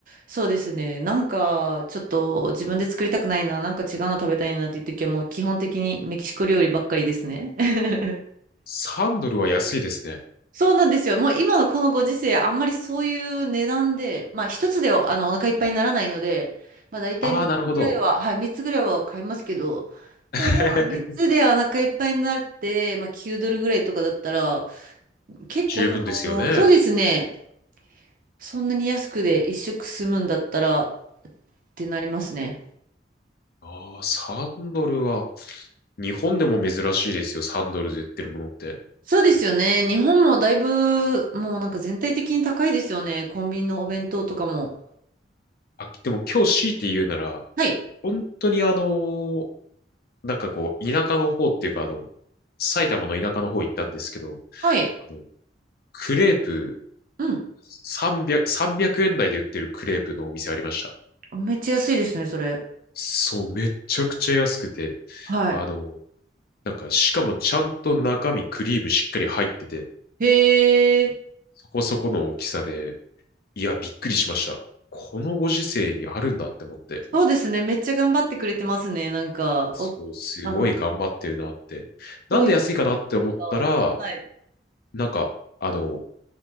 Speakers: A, on the right; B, on the left.
A: そうですね。なんか、ちょっと自分で作りたくないな、なんか違うの食べたいなっていう時はもう基本的にメキシコ料理ばっかりですね。<laughs>
B: 3ドルは安いですね。
A: そうなんですよ。もう今のこのご時世、あんまりそういう値段で、まあ一つであのお腹いっぱいにならないので、まあ大体3つぐらいは、
B: ああ、なるほど。
A: はい、3つぐらいは買いますけど、
B: <laughs>
A: でもまあ3つでお腹いっぱいになって、まあ9ドルぐらいとかだったら、結構その、
B: 十分ですよね。
A: そうですね。そんなに安くで一食済むんだったらってなりますね。
B: ああ、3ドルは、日本でも珍しいですよ、3ドルで売ってるものって。
A: そうですよね。日本もだいぶもうなんか全体的に高いですよね。コンビニのお弁当とかも。
B: あ、でも今日強いて言うなら、
A: はい。
B: 本当にあのーなんかこう、田舎の方っていうか、あの、埼玉の田舎の方行ったんですけど、
A: はい。
B: あの、クレープ
A: うん。
B: 300、3円台で売ってるクレープのお店ありました。
A: めっちゃ安いですね、それ。
B: そう、めちゃくちゃ安くて、
A: は
B: あの、なんか、しかもちゃんと中身クリームしっかり入ってて、
A: い。へえ、
B: そこそこの大きさで、いや、びっくりしました。このご時世にあるんだって思って、
A: そうですね。めっちゃ頑張ってくれてますね。なんか、
B: そう、
A: お、
B: すごい頑張ってるなって。
A: あの、
B: なんで安いかなって思ったら、
A: 消費者と、はい。
B: なんか、あの、